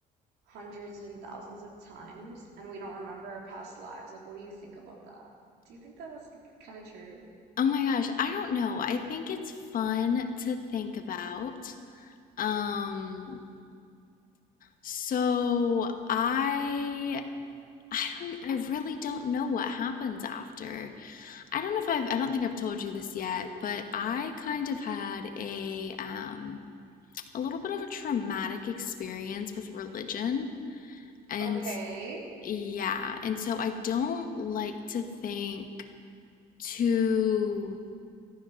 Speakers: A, on the right; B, on the left.
A: hundreds and thousands of times and we don't remember our past lives. Like, what do you think about that? Do you think that that's like kind of true?
B: Oh my gosh, I don't know. I think it's fun to think about. Um, so I I don't I really don't know what happens after. I don't know if I've I don't think I've told you this yet, but I kind of had a um a little bit of a traumatic experience with religion and
A: Okay.
B: yeah, and so I don't like to think too